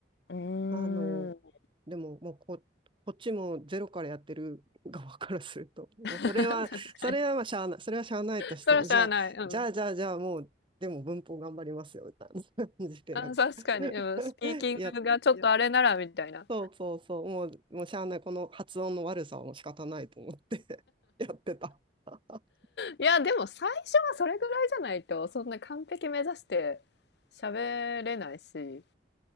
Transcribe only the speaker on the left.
うー
ん。
<laughs> 確
かに。
それは知らない。
うん。
あ、
確かに。
うん、スピーキングがちょっとあれならみたいな。
いや、でも最初はそれぐらいじゃないと、そんな完璧目指して喋れないし。